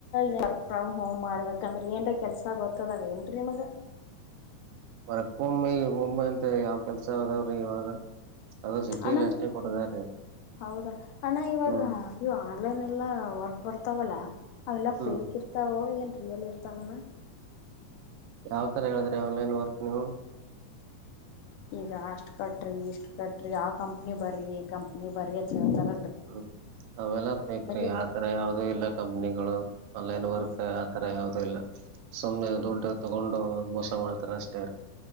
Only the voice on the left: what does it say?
ವರ್ಕ್ ಫ್ರಮ್ ಹೋಮ್ ಮಾಡ್ಬೇಕಂದ್ರ ಏನ್ರ ಕೆಲ್ಸ ಗೊತ್ತದದ ಏನ್ೀ ನಿಮ್ಗ
ಅಣ್ಣ
ಹೌದಣ್ಣ ಅಣ್ಣ ಇವಾಗ
ಇ ಆನ್ಲೈನ್ ಎಲ್ಲ ವರ್ಕ್ ಬರ್ತವಲ್ಲ ಅವೆಲ್ಲ
ಫ್ರೀಕ್ ಇರ್ತಾವೋ ಏನ್ ಲ್ಲಿ ಇತಾಂಗನ
ಈಗ ಅಷ್ಟ್ ಕಟ್್ರಿ ಇಷ್ಟ್ ಕಟ್ರಿ ಆ ಕಂಪ್ನಿ ಬರ್ರಿ ಈ ಕಂಪ್ನಿ ಬರರಿ ಅೇಳ್ತಾರ
ಇರ್ತ
ಹ್ಮ್